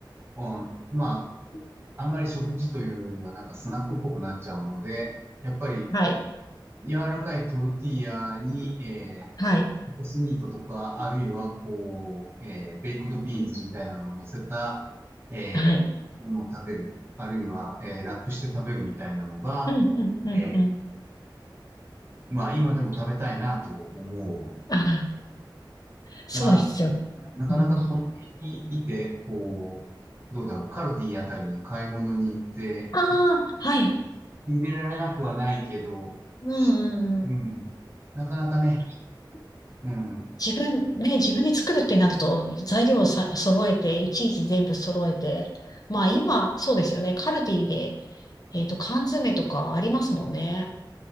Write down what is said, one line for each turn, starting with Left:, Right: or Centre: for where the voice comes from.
Right: うん、まあ、あんまり食事というよりは、なんかスナックっぽくなっちゃうので、やっぱり、
Left: はい、
Right: 柔らかいトルティーヤに、え
Left: はい、
Right: ー、コスミートとか、あるいは、こう、えー、ベイクドビーンズみたいなのを乗せた、えー、
Left: はい。
Right: ものを食べる、あるいは、えー、ラップして食べるみたいなのが、
Left: うんうんうんうん。
Right: えー、まあ、今でも食べたいなと思
Left: ああ、そうですよね。
Right: う。まあ、なかなかこの辺にいて、
Left: うん、
Right: こう、どうだろう、カルディあたりに買い物に行って、
Left: ああ、はい。
Right: 入れられなくはないけど、
Left: うんうんうん。
Right: うん。なかなかね、うん。
Left: 自分、ね、自分で作るってなると、材料をさ、揃えて、いちいち全部揃えて、まあ今、そうですよね。カルディで、えっと、缶詰とかありますもんね。